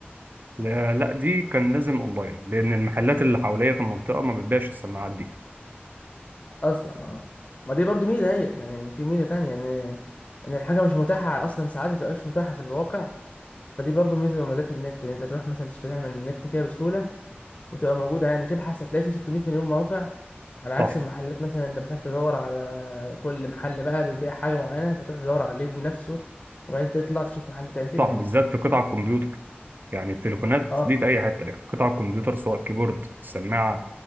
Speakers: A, on the right; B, on the left.
A: لا لا، دي كان لازم اونلاين لان المحلات اللي حواليا في المنطقه ما بتبيعش السماعات دي
B: اصلا اه ما دي برضو ميزه هيت يعني في ميزه تانية ان ان الحاجه مش متاحه اصلا ساعات ما بتبقاش متاحه في الواقع فدي برضو ميزه من مميزات النت ان انت تروح مثلا تشتريها من النت كده بسهوله وتبقى موجوده يعني تبحث هتلاقي فيه 600 مليون موقع على عكس
A: صح
B: المحلات مثلا انت محتاج تدور على كل محل بقى بيبيع حاجه معينه فتروح تدور عليه بنفسه وبعدين تطلع تشوف محل تاني كده
A: صح
B: يعني
A: بالذات في قطع الكمبيوتر يعني التليفونات
B: اه
A: دي في اي حته لكن قطع الكمبيوتر سواء الكيبورد السماعه